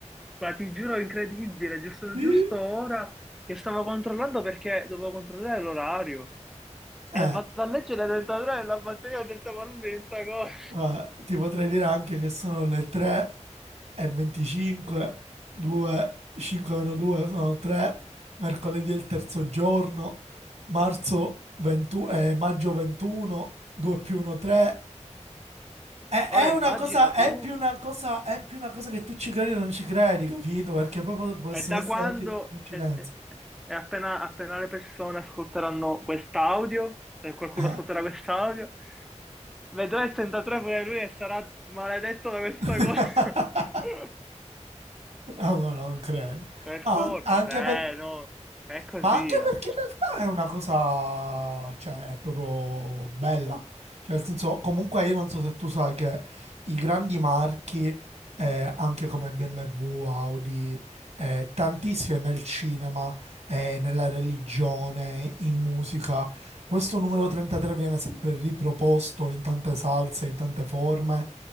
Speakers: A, in the centre; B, on the right (about 65°).
A: Ma ti giuro, è incredibile, giusto,
B: Sì.
A: giusto ora che stavo controllando perché dovevo controllare l'orario
B: Eh,
A: e vado a leggere dentro della batteria che stiamo parlando di sta cosa.
B: Guarda, ti potrei dire anche che sono le 3 e 25, 2, 5 meno 2 sono 3, mercoledì è il terzo giorno, marzo 21, eh, maggio 21, 2 più 1 3. È,
A: Ora
B: è una
A: immagina
B: cosa, è
A: tu
B: più una cosa, è più una cosa che tu ci credi o non ci credi, capito? Perché poi pot- possono
A: E da
B: essere
A: quando,
B: anche tutte coincidenze.
A: e, e- e appena, appena le persone ascolteranno quest'audio, se qualcuno
B: Eh.
A: ascolterà quest'audio, vedrà il 33 pure lui e sarà maledetto da questa
B: <laughs>
A: cosa. <laughs>
B: No, no, non credo.
A: Per
B: No,
A: forza,
B: anche
A: cioè,
B: per-
A: eh, no, è così.
B: Ma anche
A: eh.
B: perché in realtà è una cosa, cioè, è proprio bella. Cioè, nel senso, comunque io non so se tu sai che i grandi marchi, eh, anche come BMW, Audi, eh, tantissime nel cinema, eh, nella religione, in musica, questo numero 33 viene sempre riproposto in tante salse, in tante forme,